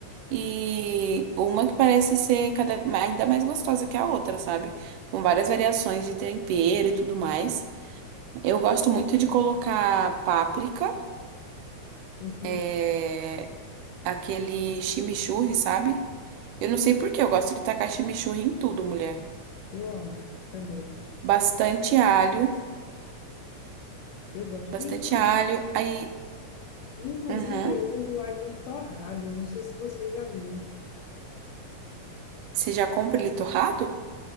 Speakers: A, on the right; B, on the left.
A: e uma que parece ser cada ainda mais gostosa que a outra, sabe? Com várias variações de tempero e tudo mais. Eu gosto muito de colocar páprica,
B: Entendi.
A: é, aquele chimichurri, sabe? Eu não sei por que eu gosto de tacar chimichurri em tudo, mulher.
B: Eu amo também.
A: Bastante alho,
B: Eu gosto.
A: bastante
B: Inclusive,
A: alho. Aí,
B: Inclusive,
A: uhum.
B: eu uso o alho torrado, não sei se você já viu.
A: Você já compra ele torrado?